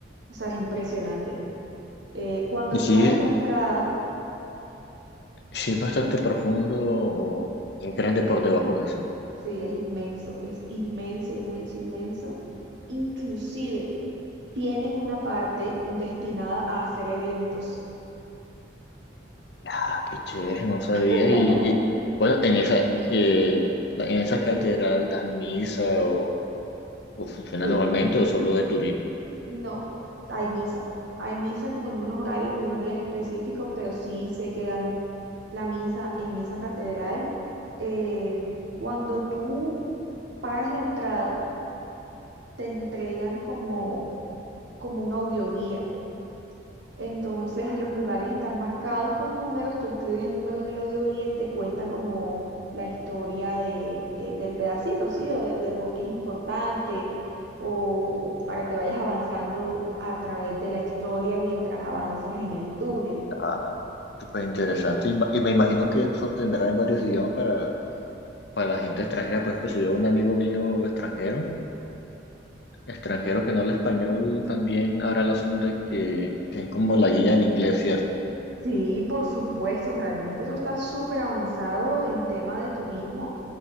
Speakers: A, on the right; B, on the left.
A: o sea, es impresionante. Eh, cuando
B: Y
A: tú
B: sí,
A: pagas la entrada,
B: sí es bastante profundo, o es grande
A: se
B: por debajo de eso.
A: Sí, es inmenso, es inmenso, inmenso, inmenso. Inclusive tienen una parte destinada a hacer eventos.
B: Ah, qué chévere, no sabía.
A: <laughs>
B: Y, y, bueno, en esa, eh, la- en esa catedral dan misa o, o funciona
A: Sí,
B: normalmente o solo de turismo.
A: no, hay misa. Hay misa como en unos horarios y unos días específicos, pero sí sé que dan la misa en esa catedral. Eh, cuando tú pagas la entrada, te entregan como, como un audioguía. Entonces, los lugares están marcados con números, tú escribes el número en el audioguía y te cuenta como la historia de, eh, del pedacito, ¿sí? O de, de por qué es importante, o, o para que vayas avanzando a través de la historia mientras avanzas en el túnel.
B: Ah, súper interesante. Y, ma- y me imagino que eso tendrá en varios idiomas para, para la gente extranjera. Por ejemplo, si yo a un amigo mío extranjero. extranjero que no habla español también habrá la opción de que den como la guía en inglés, ¿cierto?
A: Sí, por supuesto, realmente eso está súper avanzado en tema de turismo